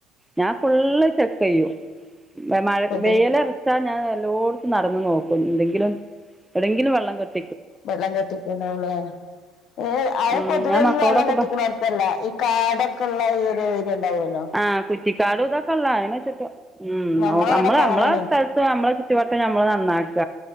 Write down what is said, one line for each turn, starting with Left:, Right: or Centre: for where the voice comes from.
Centre: ഞാൻ ഫുള്ള് ചെക്ക് ചെയ്യും. മഴ
Left: ഇത്
Centre: വെയ്ലറ് ഞാൻ എല്ലോട്ത്തും നടന്നു നോക്കും. എന്തെങ്കിലും യൊവ്ടെങ്കിലും വെള്ളം കെട്ട്
Left: വെള്ളം കെട്ടിക്ക്ണലെ ഏഹ് അത്
Centre: ഉം
Left: പൊതുവെ
Centre: ഞാൻ മക്കളോടൊക്കെ
Left: ഈ വെള്ളം കെട്ടിക്ക്ണ
Centre: പ
Left: ല്ല ഈ കാടൊക്കെ ഇള്ള ഈ ഒരു ഉണ്ടാവൊല്ലോ.
Centre: ആഹ് കുറ്റിക്കാടു ഇതൊക്കെ ഇള്ള അയ്ന <unintelligible>
Left: ഞങ്ങളവിടൊക്കെ
Centre: നമ്മള് നമ്മളെ
Left: അങ്ങനെയാണ്
Centre: സ്ഥ നമ്മളെ ചുറ്റു വട്ടം നമ്മള് നന്നാക്ക.